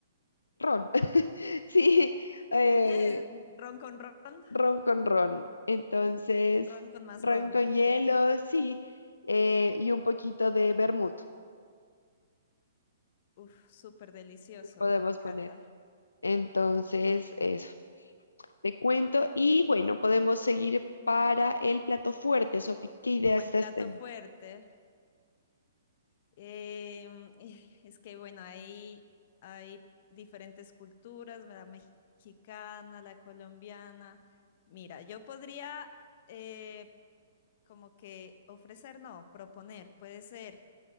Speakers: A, on the left; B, on the left.
A: ron. <laughs> Sí, eh,
B: <laughs> Es Ron con ron,
A: ron con ron. Entonces,
B: ron con más
A: ron
B: ron,
A: con
B: ok.
A: hielo, sí, eh, y un poquito de vermut.
B: Uf, súper delicioso,
A: podemos
B: me encanta.
A: poner. Entonces, eso, te cuento. Y bueno, podemos seguir para el plato fuerte, Sofi. ¿Qué ideas
B: Como el
A: estás
B: plato
A: teniendo?
B: fuerte. em, eh, es que bueno, ahí hay diferentes culturas, la mexicana, la colombiana. Mira, yo podría eh, como que ofrecer, no, proponer, puede ser.